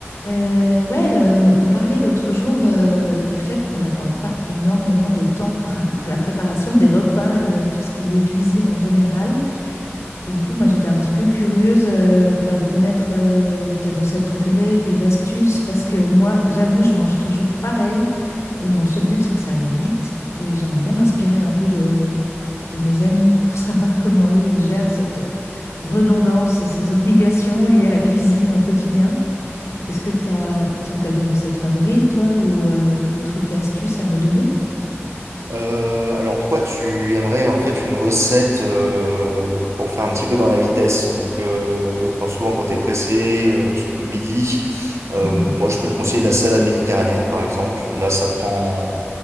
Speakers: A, on the left; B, on the right.
A: Euh, ouais, euh, on parlait l'autre jour euh, du fait qu'on n'accorde pas énormément de temps <laughs> à la préparation des repas et à tout ce qui est cuisine en général. Et du coup, moi, j'étais un petit peu curieuse euh, 'fin, de connaître euh, tes recettes préférées, tes astuces, parce que moi, j'avoue, je mange toujours pareil et mon seul but, c'est que ça aille vite. Et j'aimerais bien m'inspirer un peu de, de mes amis pour <laughs> savoir comment eux, ils gèrent cette redondance et ces obligations liées à la cuisine au quotidien. Est-ce que tu as, est-ce que tu as des recettes favorites, toi, ou euh, des trucs et astuces à me donner?
B: Euh, alors toi, tu aimerais en fait une recette euh, pour faire un petit peu dans la vitesse. Donc euh, quand souvent quand t'es pressé, euh, surtout le midi, euh,
A: Non, pas. f-
B: moi je peux te conseiller la salade méditerranéenne par exemple. Là ça prend,